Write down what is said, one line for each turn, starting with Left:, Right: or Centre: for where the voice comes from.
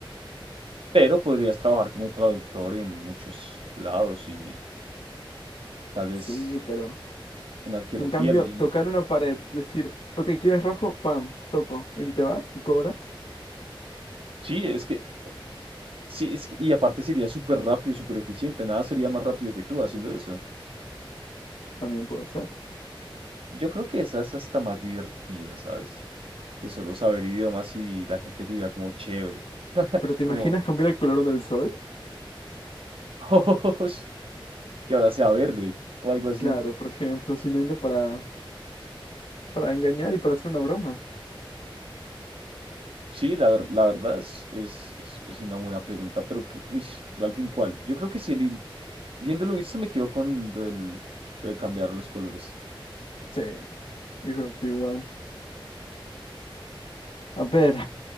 Right: pero podrías trabajar como traductor en muchos lados y tal vez
Left: Sí, pero
Right: en arqueología,
Left: en cambio,
Right: leyendo.
Left: tocar una pared, decir, ok, ¿quieres rojo? Pam, toco. ¿Y te vas? ¿Y cobras?
Right: Sí, es que... Sí, es que, y aparte sería súper rápido, súper eficiente, nada sería más rápido que tú haciendo eso.
Left: También puede ser.
Right: Yo creo que esa es hasta más divertida, ¿sabes? Que solo saber idiomas y la gente diga como chévere,
Left: ¿Pero te imaginas
Right: como
Left: cambiar el color del sol?
Right: <laughs> "Oh, que ahora sea verde o algo así.
Left: Claro, por ejemplo, sin ende para, para engañar y para hacer una broma.
Right: Sí, la, ver- la verdad es, es, es- es una buena pregunta, pero, que- uy, pero al fin, ¿cuál? Yo creo que si el, i- viéndolo visto me quedo con lo del, lo de cambiar los colores.
Left: Sí, yo creo que igual. A ver,